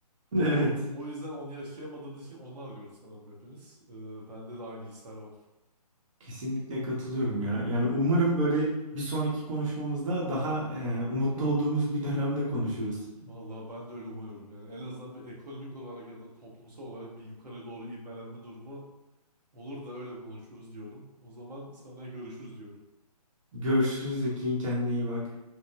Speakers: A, on the right; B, on the right.
A: Evet.
B: O, o yüzden onu yaşayamadığımız için onu arıyoruz sanırım hepimiz. Ee, bende de aynı hisler var.
A: Kesinlikle katılıyorum ya. Yani umarım böyle bir sonraki konuşmamızda daha e, umutlu olduğumuz bir dönemde konuşuruz.
B: Vallahi ben de öyle umuyorum yani. En azından bir ekonomik olarak ya da toplumsal olarak bir yukarı doğru ivmelenme durumu olur da öyle konuşuruz diyorum. O zaman sana görüşürüz diyorum.
A: Görüşürüz Ekin kendine iyi bak.